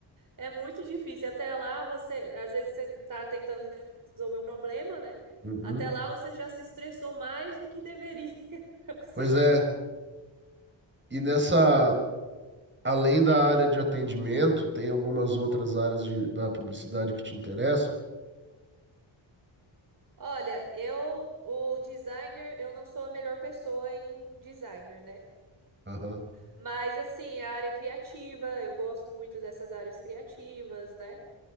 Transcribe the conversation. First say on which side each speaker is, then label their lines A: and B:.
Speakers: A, on the right; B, on the right.
A: É muito difícil. Até lá você, às vezes você tá tentando resolver um problema, né?
B: Uhum.
A: Até lá você já se estressou mais do que deveria <laughs> para conseguir.
B: Pois é, e nessa. Além da área de atendimento, tem algumas outras áreas de, da publicidade que te interessam?
A: Olha, eu, o designer, eu não sou a melhor pessoa em designer, né?
B: Aham.
A: Mas assim, a área criativa, eu gosto muito dessas áreas criativas, né?